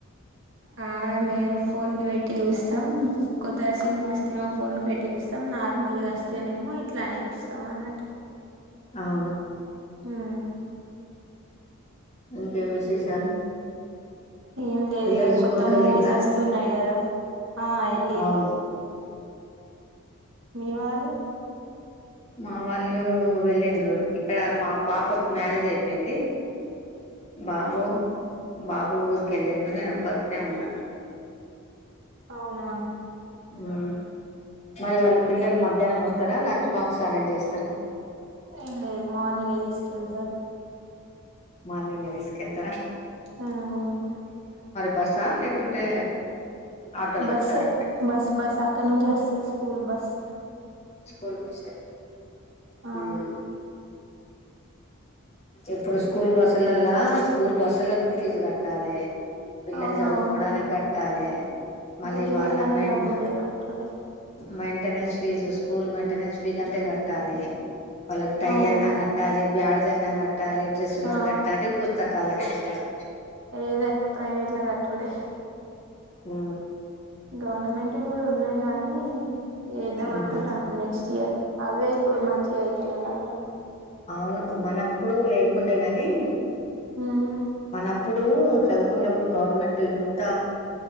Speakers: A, on the right (about 60°); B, on the left (about 30°).
A: ఆ మేము ఫోన్ కి పెట్టి చూస్తాం కొత్త సినిమా వస్తే మా ఫోన్ పెట్ పెట్టి చూస్తాం నార్మల్ గా వస్తేనేమో ఇట్లానే చూస్తాం అన్నట్టు
B: అవును
A: హ్మ్
B: ఇంకేం విశేషాలు
A: ఏం లేదు
B: పిల్లలు
A: ఇగ
B: స్కూల్
A: కొత్త
B: కి
A: మూవీస్
B: వెళ్ళిండ్రా
A: వస్తున్నాయి గదా ఆ ఏల్లీరు
B: అవును
A: మీ వాళ్ళు
B: మా వాళ్ళు వెళ్ళిండ్రు ఇక్కడ మా పాపకి మ్యారేజ్ అయిపోయింది బాబు బాబు ఊరికెళ్ళిండు నేను ఒక్కర్తినే ఉన్నా
A: అవునా
B: హ్మ్ మరి వాళ్ళ పిల్లలు మధ్యాహ్నం వస్తారా లంచ్ బాక్స్ అరేంజ్ చేస్తారా
A: ఏ లేదు మార్నింగే తీసుకెళ్తారు
B: మార్నింగ్ ఏ తీసుకెళ్తార
A: ఆ అవును
B: బస్సా లేకుంటే ఆటో
A: బస్సే
B: పెడతారా
A: బస్ బస్ అక్కడ నుంచి వస్తది స్కూల్ బస్
B: స్కూల్ బస్సే
A: ఆ
B: మ్మ్ ఇప్పుడు స్కూల్ బస్సులల్లా స్కూల్ బస్సులకు ఫీజు కట్ట పిల్లలు
A: అవునవును
B: చదువుకోవడానికి కట్టాలె మళ్ళీ
A: దేనికైనా
B: వాళ్ళ మెం
A: డబ్బులే కట్టుడే
B: maintenance fees school maintenance fees అంటే కట్టాలి వాళ్ళకి టై
A: అవును
B: అన్నా కట్టాలి బ్యాడ్ జన్న క కట్టాలి డ్రెస్సులకు
A: ఆ
B: కట్టాలి పుస్తకాల కి కట్టాలి
A: ఏదైనా ప్రైవేట్లా కట్టుడే
B: హు
A: గవర్నమెంట్వీ కూడున్నాయ్ గానీ వేద్దాం
B: మ్మ్
A: అనుకుంటాన్నాం నెక్స్ట్ ఇయర్ అవే ఇప్పుడు మంచిగ అయితున్నాయ్ కబా
B: అవును మనప్పుడు లేకుండే గానీ
A: హుం
B: మనప్ ప్పుడు చదువుకుండేప్పుడు. గవర్నమెంట్ ఇంత